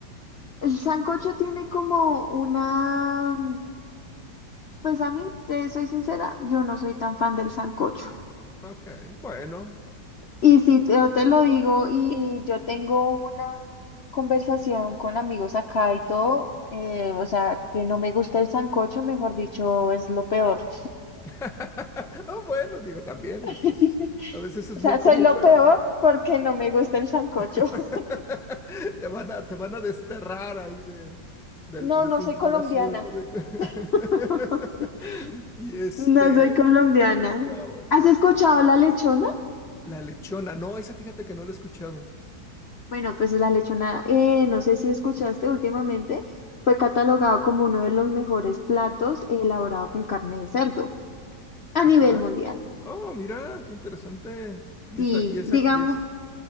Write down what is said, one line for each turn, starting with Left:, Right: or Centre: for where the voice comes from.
Left: el sancocho tiene como una... Pues a mí, te soy sincera, yo no soy tan fan del sancocho.
Centre: Ok, bueno.
Left: Y si te, yo te lo digo y yo tengo una conversación con amigos acá y todo, eh, o sea, que no me gusta el sancocho, mejor dicho, es lo peor.
Centre: <laughs> Ah, bueno, digo, también,
Left: <laughs>
Centre: eso es, a veces es
Left: O sea,
Centre: muy común,
Left: soy lo
Centre: pero
Left: peor
Centre: pues,
Left: porque no me gusta el sancocho.
Centre: <laughs>
Left: <laughs>
Centre: te van a, te van a desterrar ahí de, del-
Left: No,
Centre: de,
Left: no
Centre: tus-
Left: soy colombiana.
Centre: de la ciudad. de-
Left: <laughs>
Centre: <laughs> Y este,
Left: No soy colombiana.
Centre: no, güey.
Left: ¿Has escuchado la lechona?
Centre: La lechona, no, esa fíjate que no la he escuchado.
Left: Bueno, pues la lechona, eh, no sé si escuchaste últimamente, fue catalogado como uno de los mejores platos elaborado con carne de cerdo a
Centre: Ajá.
Left: nivel mundial.
Centre: Oh, mira, qué interesante. Y
Left: Sí,
Centre: esa, y esa,
Left: digamos,
Centre: y es...